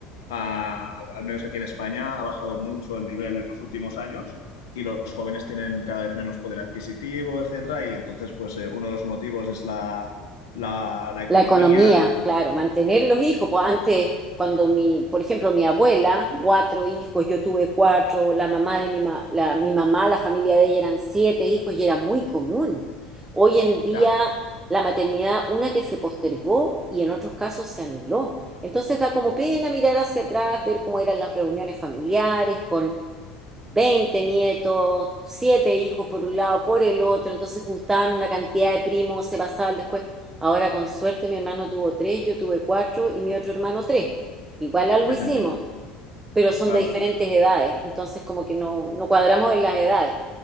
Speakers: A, on the left; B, on the right.
A: ah, al menos aquí en España, ha bajado mucho el nivel en los últimos años y los jóvenes tienen cada vez menos poder adquisitivo, etcétera. Y entonces, pues eh, uno de los motivos es la, la, la economía.
B: La economía,
A: el-
B: claro, mantener los hijos. Pues antes, cuando mi, por ejemplo, mi abuela, cuatro hijos, yo tuve cuatro, la mamá de mi, ma- la, mi mamá, la familia de ella eran siete hijos y era muy común. Hoy en día,
A: Ya,
B: la maternidad, una que se postergó y en otros casos se anuló. Entonces da como pena mirar hacia atrás, ver cómo eran las reuniones familiares con 20 nietos, siete hijos por un lado, por el otro, entonces juntaban una cantidad de primos, se pasaba el después. Ahora con suerte mi hermano tuvo tres, yo tuve cuatro y mi otro hermano tres. Igual algo
A: ya
B: hicimos,
A: te entiendo.
B: pero son
A: Claro.
B: de diferentes edades, entonces como que no, no cuadramos en las edades,